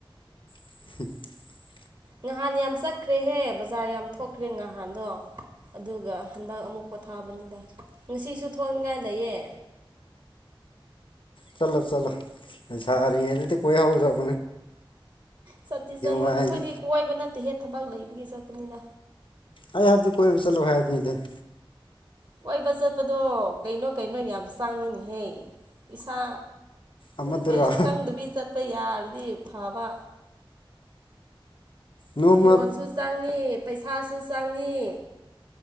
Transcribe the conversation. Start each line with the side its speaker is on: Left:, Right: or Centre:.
Left: <unintelligible>
Right: ꯉꯍꯥꯟ ꯌꯥꯝ ꯆꯠꯈ꯭ꯔꯦꯍꯦ ꯕꯖꯥꯔ ꯌꯥꯝ ꯊꯣꯛꯈ꯭ꯔꯦ ꯉꯍꯥꯟꯗꯣ ꯑꯗꯨꯒ ꯍꯟꯗꯛ ꯑꯃꯨꯛ ꯄꯣꯊꯥꯕꯅꯤꯗ ꯉꯁꯤꯁꯨ ꯊꯣꯡꯅꯤꯡꯉꯥꯏ ꯂꯩꯌꯦ
Left: ꯆꯠꯂꯣ ꯆꯠꯂꯣ ꯂꯩꯁꯥꯔꯤꯉꯩꯗꯗꯤ ꯀꯣꯏꯍꯧꯖꯧ
Right: ꯆꯠꯇꯤ ꯆꯠꯅꯤꯡꯗꯦ
Left: ꯋꯥꯏ
Right: ꯑꯩꯈꯣꯏꯗꯤ
Left: ꯑꯩ
Right: ꯀꯣꯏꯕ ꯅꯠꯇꯦꯍꯦ ꯊꯕꯛ ꯂꯩꯕꯒꯤ ꯆꯠꯄꯅꯤꯅ
Left: ꯑꯦ ꯍꯥꯏꯞꯗꯤ ꯀꯣꯏꯕ ꯆꯠꯂꯨ <unintelligible>
Right: ꯀꯣꯏꯕ ꯆꯠꯄꯗꯣ ꯀꯩꯅꯣ ꯀꯩꯅꯣ ꯌꯥꯝ ꯆꯡꯉꯤꯅꯤꯍꯦ ꯏꯁꯥ
Left: ꯑꯃꯗꯨꯔꯣ
Right: ꯀꯔꯤꯁꯨ ꯆꯪꯗꯕꯤ ꯆꯠꯄ ꯌꯥꯔꯗꯤ ꯐꯕ
Left: ꯅꯣꯡꯃ
Right: ꯐꯤꯔꯣꯟꯁꯨ ꯆꯪꯉꯤ ꯄꯩꯁꯥꯁꯨ ꯆꯪꯉꯤ